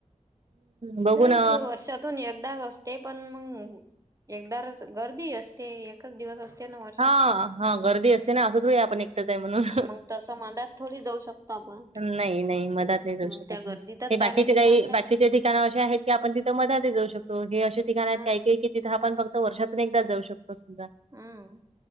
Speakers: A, on the right; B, on the right.
A: बघू
B: नाही
A: ना
B: ते व्हाट्सअप. तथून एकदा रस्ते पण मग एकदा र गर्दी असते एकच दिवस असते. ना वर्षातून
A: हां हां गर्दी असते ना अस थोडी आपण आपण एकटच आहे म्हणून
B: मग तसं मधात थोडी जाऊ शकतो आपण
A: नाही नाही मधात नाही जाऊ
B: मग
A: शकत.
B: त्या गर्दीतच
A: हे
B: जा
A: बाकीचे
B: लागेल
A: काही
B: ना आपल्याला
A: बाकीचे ते ठिकाण अशे आहेत की आपण तिथ मधात ही जाऊ शकतो हे अशा ठिकाण आहेत
B: हम्म
A: काही काही की तिथ आपण फक्त वर्षातून एकदाच जाऊ शकतो सुद्धा.
B: हम्म.